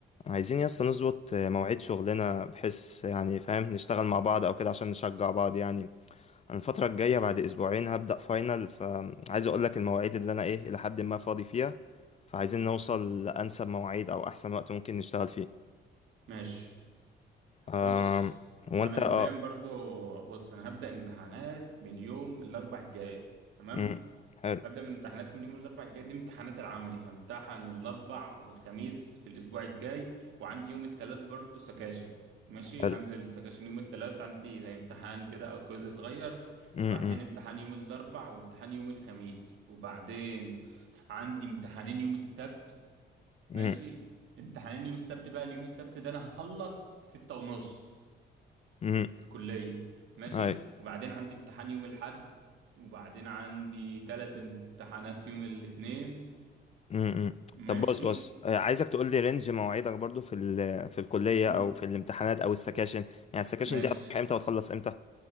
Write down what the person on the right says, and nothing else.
ماشي
بص
هو
انا نسبيا
برضو بص انا هبدأ امتحانات من يوم الاربع الجاي تمام
هبدأ من امتحانات من يوم الاربع الجاي دي امتحانات العملي همتحن الاربع والخميس في الاسبوع الجاي وعندي يوم التلات برضو سكاشن ماشي
هنزل السكاشن يوم التلات عندي زي امتحان كده او كويز صغير
وبعدين
امتحان يوم الاربع وامتحان يوم الخميس وبعدين عندي امتحانين يوم السبت
ماشي امتحانين يوم السبت بقى اليوم السبت ده انا هخلص ستة ونص
في الكلية ماشي
وبعدين عندي امتحان يوم الأحد وبعدين عندي تلات امتحانات يوم الاثنين
ماشي
م-
ماشي